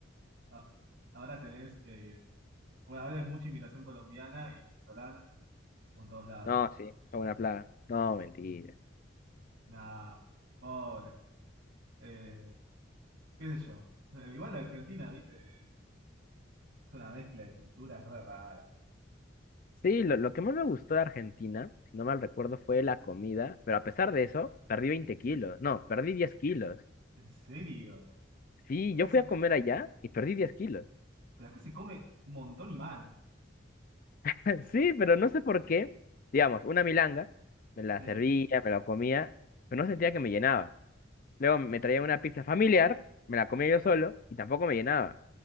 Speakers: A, on the right (about 70°); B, on the left (about 45°).
A: Ah, Ahora tenés, eh, bueno, ahora hay mucha inmigración colombiana y venezolana, como en todos lados.
B: No, sí, es una plaga. No, mentira.
A: Nada, pobre. Eh, qué sé yo. Eh, igual la Argentina, viste, es una mezcla de culturas re rara. Eh,
B: Sí, lo, lo que más me gustó de Argentina, si no mal recuerdo, fue la comida, pero a pesar de eso, perdí 20 kilos. No, perdí 10 kilos.
A: ¿en serio?
B: Sí,
A: Acá
B: yo
A: se,
B: fui a comer allá y perdí 10 kilos.
A: pero acá se come un montón y mal.
B: <laughs> Sí, pero
A: O sea,
B: no sé por qué. Digamos, una milanga, me la
A: sí.
B: servía, me la comía, pero no sentía que me llenaba. Luego me traía una pizza familiar, me la comía yo solo y tampoco me llenaba.